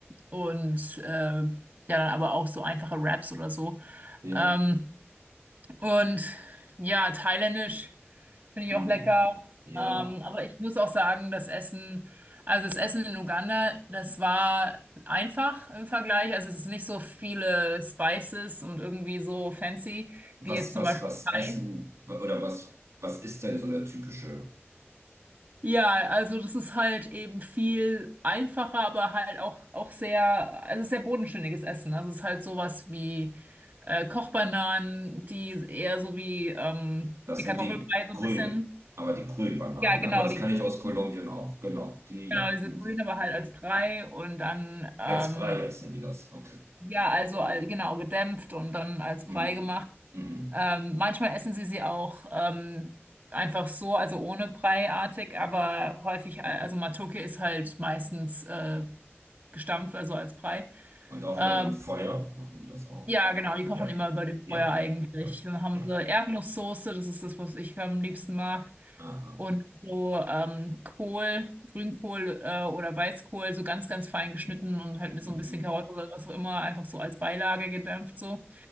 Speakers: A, on the right; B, on the right.
A: und äh, ja, dann aber auch so einfache Raps oder so.
B: ja.
A: Ähm, und ja, thailändisch finde ich
B: Hm.
A: auch lecker.
B: Ja.
A: Ähm, aber ich muss auch sagen, das Essen, also das Essen in Uganda, das war einfach im Vergleich. Also es ist nicht so viele Spices und irgendwie so fancy
B: Was,
A: wie jetzt zum
B: was,
A: Beispiel
B: was
A: Thai.
B: essen oder was, was ist denn so der typische?
A: Ja, also das ist halt eben viel einfacher, aber halt auch, auch sehr, also sehr bodenständiges Essen. Also es ist halt sowas wie äh, Kochbananen, die eher so wie, ähm,
B: Das
A: wie
B: sind
A: Kartoffelbrei
B: die
A: so
B: grünen,
A: ein bisschen.
B: aber die grünen Bananen,
A: Ja, genau,
B: ne? Aber das
A: die
B: kann
A: grünen,
B: ich aus Kolumbien auch. Genau, die,
A: genau,
B: ja.
A: diese
B: Hm.
A: grünen, aber halt als Brei und dann, ähm,
B: Als Brei essen die das. Okay.
A: ja, also äh, genau, gedämpft und dann als
B: Mhm.
A: Brei gemacht.
B: Mhm.
A: Ähm, manchmal essen sie sie auch ähm, einfach so, also ohne Breiartig, aber häufig, also Matoke ist halt meistens äh, gestampft, also als Brei.
B: Und auch
A: Ähm,
B: über dem Feuer machen die das auch.
A: ja, genau, die kochen
B: Ja,
A: immer über dem
B: ja,
A: Feuer eigentlich.
B: ja,
A: Dann haben
B: ja.
A: sie Erdnusssoße, das ist das, was ich am liebsten mag.
B: Aha.
A: Und so ähm, Kohl, Grünkohl äh, oder Weißkohl, so ganz, ganz fein geschnitten und halt mit
B: Mhm.
A: so ein bisschen Karotte oder was auch immer, einfach so als Beilage gedämpft so.